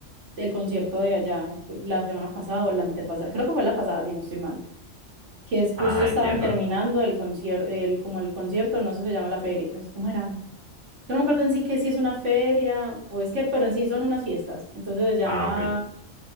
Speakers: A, on the right; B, on the right.
A: el concierto de allá, la semana pasada o la antepasada, creo que fue la pasada, si no estoy mal que es justo
B: Ah,
A: estaban
B: entiendo.
A: terminando el concierto, el, como el concierto, no sé, se llama la feria, es- ¿cómo era? Yo no me acuerdo en sí que si es una feria o es que, pero en sí son unas fiestas, entonces se llama,
B: Ah, ok.